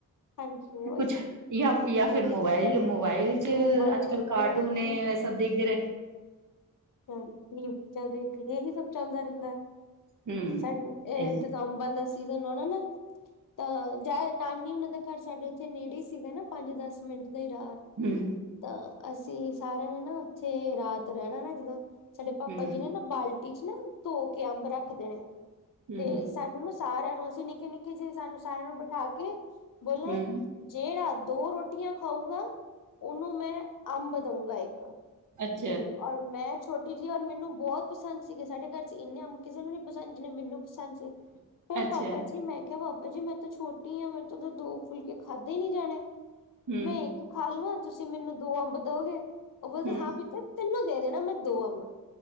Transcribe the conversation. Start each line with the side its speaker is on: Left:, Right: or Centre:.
Left: ਹਾਂਜੀ ਉਹੀ
Right: ਕੁਛ ਯਾ-ਯਾ ਫਿਰ ਮੋਬਾਈਲ ਮੋਬਾਈਲ ਚ
Left: ਮੋਬਾਈਲ
Right: ਅੱਜ-ਕੱਲ ਕਾਰਟੂਨ ਏ
Left: ਟੀਵੀ
Right: ਐ ਸਭ ਦੇਖਦੇ ਰਏ।
Left: <unintelligible> ਇਹੀ ਸਭ ਚੱਲਦਾ ਰਹਿੰਦਾ,
Right: ਹੂੰ
Left: ਸਾਨੂੰ ਏ
Right: ਹੂੰ
Left: ਜ ਅੰਬਾ ਦਾ ਸੀਜਨ ਹੋਨਾ ਨਾ ਤਾਂ ਜ ਨਾਨੀ ਹੋਨਾ ਦਾ ਘਰ ਸਾਡੇ ਉੱਥੇ ਨੇੜੇ ਹੀ ਸੀਗਾ ਨਾ ਪੰਜ-ਦਸ ਮਿੰਟ ਦਾ ਹੀ ਰਾਹ‌।
Right: ਹੂੰ
Left: ਤਾਂ ਅਸੀਂ ਸਾਰਿਆਂ ਨੇ ਨਾ ਉੱਥੇ ਰਾਤ ਰਹਿਣਾ ਨਾ ਜਦੋਂ ਸਾਡੇ ਪਾਪਾ
Right: ਹੂੰ
Left: ਜੀ ਨੇ ਨਾ ਬਾਲ ਬਲਟੀ ਚ ਨਾ ਧੋ ਕੇ ਅੰਬ ਰੱਖ ਦੇਣੇ
Right: ਹੂੰ
Left: ਤੇ ਸਾਨੂੰ ਨਾ ਸਾਰਿਆਂ ਨੂੰ ਅਸੀਂ ਨਿੱਕੇ-ਨਿੱਕੇ ਜੇ ਸਾਨੂੰ ਸਾਰਿਆਂ ਨੂੰ ਬਿਠਾ ਕੇ ਬੋਲਨਾ
Right: ਹੂੰ
Left: ਜੇੜਾ ਦੋ ਰੋਟੀਆਂ ਖਾਊਗਾ, ਓਨੂੰ ਮੈਂ ਅੰਬ ਦਊਂਗਾ ਇੱਕ।
Right: ਅੱਛਾ
Left: ਤੇ ਔਰ ਮੈਂ ਛੋਟੀ ਜੀ ਔਰ ਮੈਨੂੰ ਬੌਤ ਪਸੰਦ ਸੀਗੇ, ਸਾਡੇ ਘਰ ਚ ਇੰਨੇ ਅੰਬ ਕਿਸੇ ਨੂੰ ਨ ਪਸੰਦ ਜਿਨੇ ਮੈਨੂੰ ਪਸੰਦ ਸੀ।
Right: ਅੱਛਾ
Left: ਪਾਪਾ ਜੀ ਮੈਂ ਕਿਹਾ ਪਾਪਾ ਜੀ, ਮੈਂ ਤਾਂ ਛੋਟੀ ਆ ਮੈਂ ਤਾਂ ਦੋ ਫੁਲਕੇ ਖਾਧੇ ਨੀ ਜਾਨੇ।
Right: ਹੂੰ
Left: ਮੈਂ ਇੱਕ ਖਾ ਲਵਾਂ ਤੁਸੀਂ ਮੈਨੂੰ ਦੋ ਅੰਬ ਦੋਗੇ, ਉਹ ਬੋਲਦੇ
Right: ਹੂੰ
Left: ਹਾਂ ਪ੍ਰੀਤੀ ਤੈਨੂੰ ਦੇ ਦੇਨਾ ਮੈਂ ਦੋ ਅੰਬ,